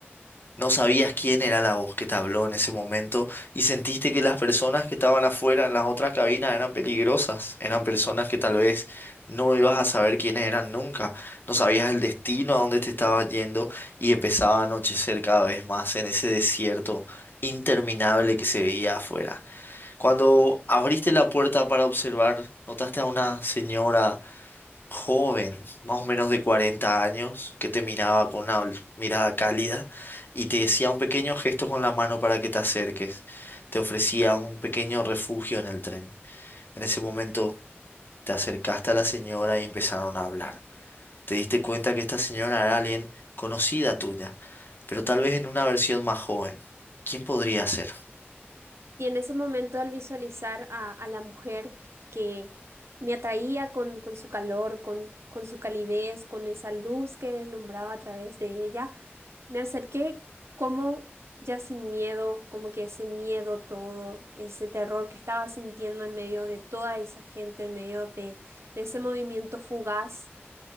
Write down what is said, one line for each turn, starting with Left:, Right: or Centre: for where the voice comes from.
Left: No sabías quién era la voz que te habló en ese momento y sentiste que las personas que estaban afuera en las otras cabinas eran peligrosas, eran personas que tal vez no ibas a saber quiénes eran nunca, no sabías el destino a dónde te estabas yendo y empezaba a anochecer cada vez más en ese desierto interminable que se veía afuera. Cuando abriste la puerta para observar, notaste a una señora joven, más o menos de 40 años, que te miraba con una ol- mirada cálida y te decía un pequeño gesto con la mano para que te acerques. Te ofrecía un pequeño refugio en el tren. En ese momento te acercaste a la señora y empezaron a hablar. Te diste cuenta que esta señora era alguien conocida tuya, pero tal vez en una versión más joven. ¿Quién podría ser?
Right: Y en ese momento al visualizar a, a la mujer que me atraía con, con su calor, con, con su calidez, con esa luz que deslumbraba a través de ella, Me acerqué como ya sin miedo, como que ese miedo todo, ese terror que estaba sintiendo en medio de toda esa gente, en medio de, de ese movimiento fugaz